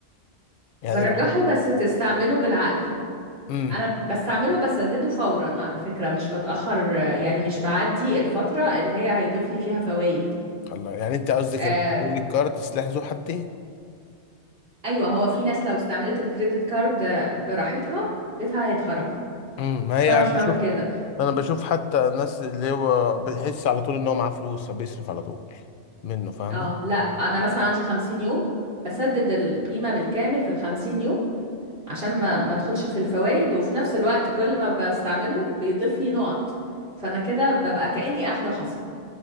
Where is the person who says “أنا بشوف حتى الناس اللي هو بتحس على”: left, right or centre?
Left